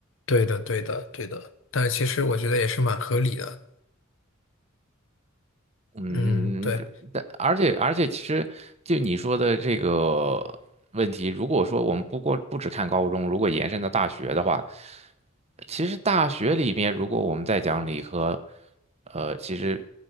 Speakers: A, on the left; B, on the right.
A: 对的，对的，对的，但是其实我觉得也是蛮合理的。
B: 嗯，
A: 嗯，对，
B: 这但而且而且，其实就你说的这个问题，如果说我们不过不只看高中，如果延伸到大学的话，其实大学里面，如果我们再讲理科，呃，其实